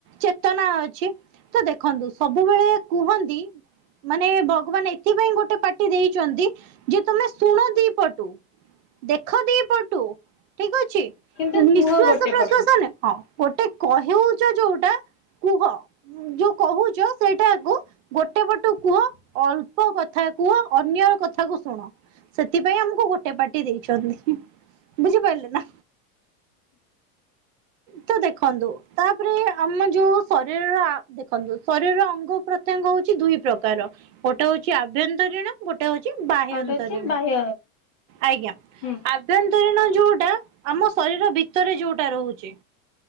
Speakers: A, on the right; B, on the left.
A: ଚେତନା ଅଛି ତ ଦେଖନ୍ତୁ ସବୁବେଳେ କୁହନ୍ତି, ମାନେ ଭଗବାନ ଏଥିପାଇଁ ଗୋଟେ ପାଟି ଦେଇଛନ୍ତି ଯେ ତମେ ଶୁଣ ଦିପଟୁ। ଦେଖ ଦି ପଟୁ ଠିକ ଅଛି। ନିଶ୍ୱାସ
B: କିନ୍ତୁ କୁହ ଗୋଟେ
A: ପ୍ରଶ୍ଵାସ
B: ପଟୁ
A: ନେ ହଁ ଗୋଟେ କହିଉଛ ଯୋଉଟା କୁହ ଯୋଉ କହୁଛ ସେଇଟାକୁ ଗୋଟେ ପଟୁ କୁହ ଅଳ୍ପ କଥା କୁହ ଅନ୍ୟର କଥାକୁ ଶୁଣ। ସେଥିପାଇଁ ଆମକୁ ଗୋଟେ ଏ ପାଟି ଦେଇଛନ୍ତି ବୁଝିପାରିଲେ ନା। ତ ଦେଖନ୍ତୁ, ତାପରେ ଆମ ଯୋଉ ଶରୀରର ଆ ଦେଖନ୍ତୁ ଶରୀରର ଅଙ୍ଗ ପ୍ରତ୍ୟଙ୍ଗ ହଉଛି, ଦୁଇ ପ୍ରକାର ଗୋଟେ ହଉଛି ଆଭ୍ୟନ୍ତରୀଣ ଗୋଟେ ହଉଛି ବାହ୍ୟନ୍ତରୀଣ।
B: ଆଉ ଗୋଟେ ଅଛି ବାହ୍ୟ
A: ଆଜ୍ଞା
B: ହୁଁ
A: ଆଭ୍ୟନ୍ତରୀଣ ଯୋଉଟା ଆମ ଶରୀର ଭିତରେ ଯୋଉଟା ଯୋଉଟା ରହୁଛି।